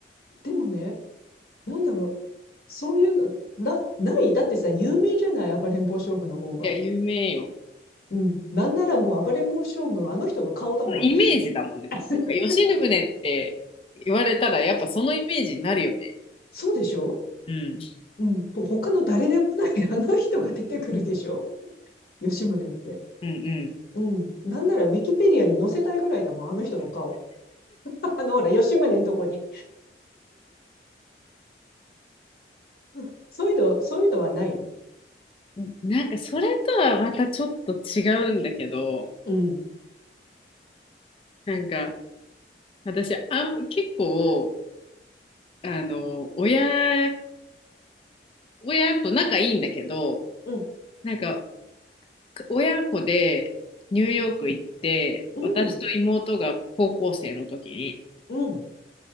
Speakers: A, on the left (about 55°); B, on the left (about 30°).
A: でもね、なんだろう、そういうの、な、ないだってさ、有名じゃない、暴れん坊将軍の方が。
B: や、有名よ。
A: うん。なんならもう暴れん坊将軍、あの人の顔だもん、
B: そのイメージだもんね。
A: 私。<laughs>
B: なんか、吉宗って言われたら、やっぱそのイメージになるよね。
A: そうでしょ
B: うん。
A: うん、と他の誰でもない <laughs> あの人が出てくるでしょ
B: うん
A: 吉宗って。
B: うん
A: うん。なんならウィキペディアに載せたいぐらいだもん、あの人の顔。<laughs> あの、ほら、吉宗のとこに。<laughs> うんそういうの、そういうのはない
B: うん。なんか、それとはまたちょっと違うんだけど、
A: うん。
B: なんか、私、あん、結構、あの、親、親と仲いいんだけど、
A: うん。
B: なんか、親子でニューヨーク行って、
A: うん。
B: 私と妹が高校生の時に、
A: うん。